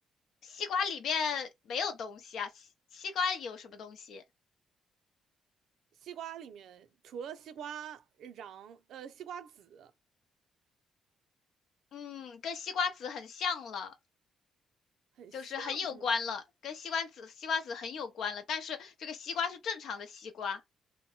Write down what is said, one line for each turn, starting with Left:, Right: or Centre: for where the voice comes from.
Left: 西瓜里面没有东西啊，西西瓜有什么东西？
Right: 西瓜里面除了西瓜瓤，呃，西瓜籽
Left: 嗯，跟西瓜籽很像了，
Right: 很像呢
Left: 就是很有关了，跟西瓜籽西瓜籽很有关了，但是这个西瓜是正常的西瓜，